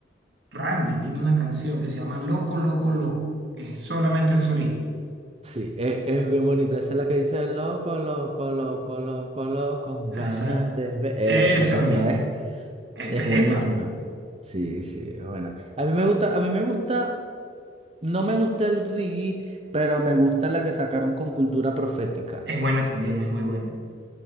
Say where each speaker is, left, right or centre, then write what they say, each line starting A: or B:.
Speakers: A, on the right; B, on the right.
A: Randy tiene una canción que se llama Loco, Loco, Loco, que es solamente el solista.
B: sí, e- es, bien bonita. Esa es la que dice loco, loco, loco, loco, loco, ganas
A: Ah, Esa,
B: de ver. Esa
A: esa
B: canción
A: misma.
B: es,
A: Es
B: es
A: Pepa,
B: buenísima. Sí, sí, es buena. A mí me gusta, a mí me gusta, no me gusta el reggae, pero me gusta la que sacaron con Cultura Profética.
A: es buena también, es muy buena.